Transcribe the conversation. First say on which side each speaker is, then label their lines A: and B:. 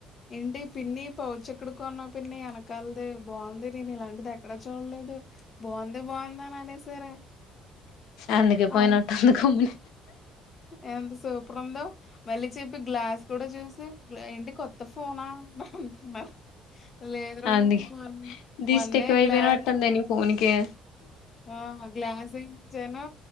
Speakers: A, on the left (about 25°); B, on the left (about 85°).
A: ఏంటి పిన్ని పౌచ్ ఎక్కడి కొన్నా పిన్ని వెనకాలది బాగుంది నేను ఇలాంటిది ఎక్కడా చూడలేదు బాగుంది బాగుంద అని అడసరే
B: అందుకే పోయినట్టుంది
A: అ
B: గమ్మున
A: ఎంత సూపర్ ఉందో మళ్ళీ చెప్పి గ్లాస్ కూడ చూసి ఏంటి కొత్త ఫోనా అంటున్నారు. లేదురా
B: అంది
A: మొ
B: దిస్టి
A: మొన్నే
B: ఎక్కువైపోయినట్టుందే
A: గ్లాస్
B: నీ ఫోన్ కీ.
A: ఆ గ్లాస్ ఏయించనూ